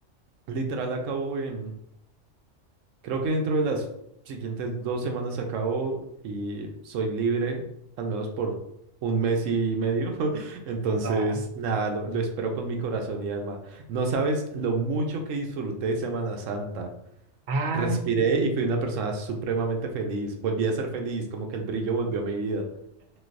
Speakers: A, on the right; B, on the right.
A: literal acabó en, Creo que dentro de las siguientes dos semanas acabo y soy libre, al menos por un mes y medio. <laughs> Entonces,
B: Ajá.
A: nada, lo, lo espero con mi corazón y alma. No sabes lo mucho que disfruté Semana Santa.
B: Ah,
A: Respiré
B: sí.
A: y fui una persona supremamente feliz. Volví a ser feliz, como que el brillo volvió a mi vida.